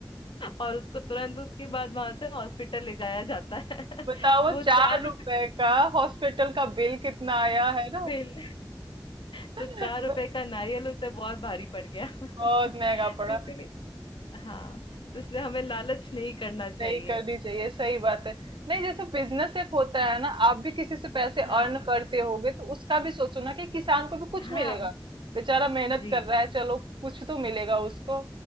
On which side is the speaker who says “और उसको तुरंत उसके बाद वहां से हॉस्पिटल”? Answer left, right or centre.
Left